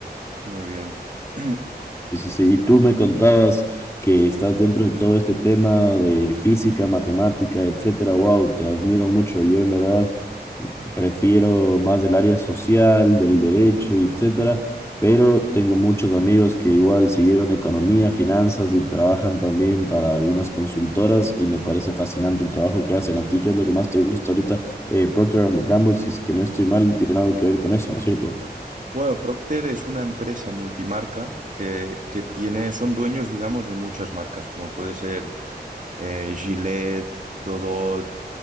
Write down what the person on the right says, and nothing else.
Muy bien. <clears throat>
Sí.
Bueno, Procter es una empresa multimarca que, que tiene, son dueños, digamos, de muchas marcas, como puede ser eh, Gillette, Dodot,